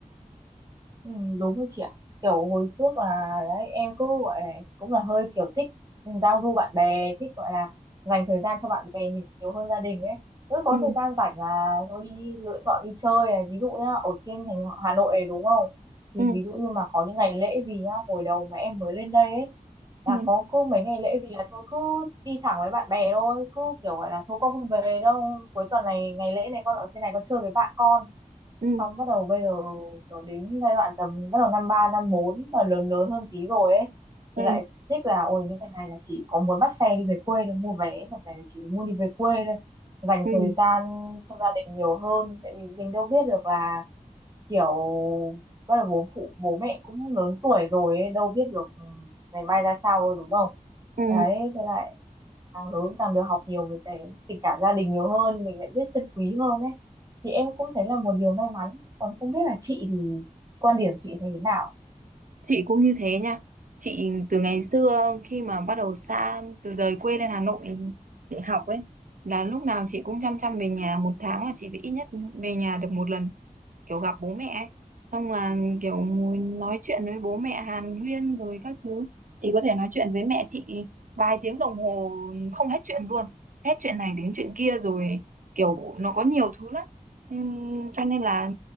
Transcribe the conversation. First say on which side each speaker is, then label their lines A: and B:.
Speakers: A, on the right (about 25°); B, on the right (about 70°).
A: Ừ, đúng rồi chị ạ kiểu hồi trước là đấy em cứ gọi là cũng là hơi kiểu thích giao du bạn bè thích gọi là dành thời gian cho bạn bè nhiều, nhiều hơn gia đình ấy cứ có
B: ừ
A: thời gian rảnh là thôi đi lựa chọn đi chơi này ví dụ nhá ở trên thành Hà Nội này đúng không thì
B: ừ
A: ví dụ như mà có những ngày lễ gì nhá hồi đầu mà em mới lên đây ấy là
B: ừ
A: có cứ mấy ngày lễ gì là tôi cứ đi thẳng với bạn bè thôi cứ kiểu gọi là thôi con không về đâu cuối tuần này ngày lễ này con ở trên này con chơi với bạn con
B: ừ
A: xong bắt đầu bây giờ kiểu đến giai đoạn tầm bắt đầu năm ba năm bốn mà lớn lớn hơn tí rồi ấy
B: ừ
A: thì lại thích là ôi những ngày này là chỉ có muốn bắt xe đi về quê thôi mua vé và về là chỉ muốn đi về quê thôi dành
B: ừ
A: thời gian cho gia đình nhiều hơn tại vì mình đâu biết được là kiểu bắt đầu bố phụ bố mẹ cũng lớn tuổi rồi ấy, đâu biết được ừ, ngày mai ra sao đâu đúng không
B: ừ
A: đấy thế là càng lớn càng được học nhiều về cái tình cảm gia đình nhiều hơn mình lại biết trân quý hơn ấy thì em cũng thấy là một điều may mắn còn không biết là chị thì quan điểm chị thấy thế nào
B: Chị cũng như thế nha. Chị từ ngày xưa khi mà bắt đầu xa từ rời quê lên Hà Nội để học ấy là lúc nào chị cũng chăm chăm về nhà một tháng là chị phải ít nhất về nhà được một lần kiểu gặp bố mẹ ấy. xong là kiểu ngồi nói chuyện với bố mẹ hàn huyên rồi các thứ chị có thể nói chuyện với mẹ chị vài tiếng đồng hồ không hết chuyện luôn hết chuyện này đến chuyện kia rồi kiểu nó có nhiều thứ lắm Nên- cho nên là